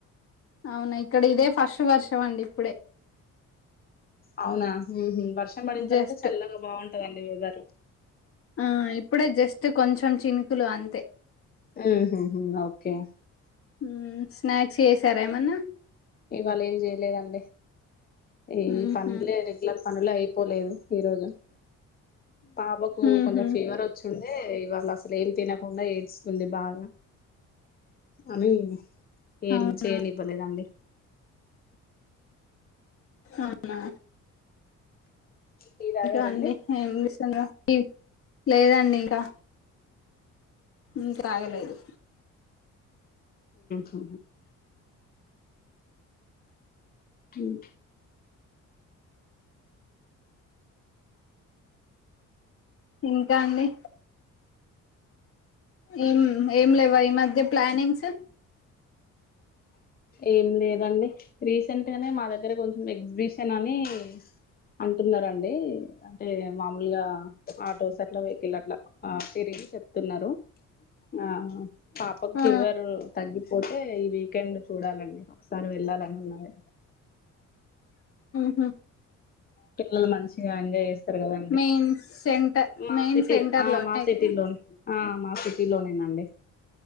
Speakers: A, on the left; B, on the left.
A: అవునా ఇక్కడ ఇదే ఫస్ట్ వర్షమండి ఇప్పుడే
B: అవునా ఊహు వర్షం పడిన తరువాత
A: జస్ట్
B: చల్లగా బావుంటదండి వెదురు
A: ఆ ఇప్పుడే జస్ట్ కొంచం చినుకులు అంతే
B: ఉ హుహు ఒకే
A: మ్ స్నాక్స్ చేసారా ఏమన్నా
B: ఇవాళ ఏం చేయలేదండి ఈ
A: ఉహు
B: పనులే రెగ్యులర్ పనులే అయిపోలేదు ఈ రోజు పాపకు
A: ఉహు
B: కొంచం ఫీవర్ వచ్చుంది అంటే ఇవాళ అసలు ఏం తినకుండా ఏడుస్తుంది బాగా అని ఏం
A: అవును
B: చేయనివ్వలేదండి
A: అవునా
B: టీ తాగారండి
A: ఇంకా అండి ఏంచేసుండ్రు లేదండి ఇంకా ఇంకా ఆగలేదు
B: ఉహు మ్
A: ఇంకా అండి ఏం ఏం లేవా ఈ మధ్య ప్లానింగ్స్
B: ఏం లేదండి రీసెంట్ గానే మా దగ్గర కొంచెం ఎగ్జిబిషన్ అని అంటున్నారండి అంటే మామూలుగా ఆటోస్ అట్లా వెహికల్ అట్లా ఆ తిరిగి చెప్తున్నారు ఆహ పాపకు ఫీవర్
A: ఆ
B: తగ్గిపోతే ఈ వీకెండ్ చూడాలండి ఒకసారి వెళ్ళాలని ఉన్నది
A: మ్
B: పిల్లలు మంచిగా ఎంజాయ్ చేస్తారు కదండి
A: మెయిన్ సెంటర్
B: మా
A: మెయిన్
B: సిటీ
A: సెంటర్
B: ఆ
A: లోనే
B: మా
A: ఇక్కడ.
B: సిటీ లోనే ఆ మా సిటీ లోనేనండి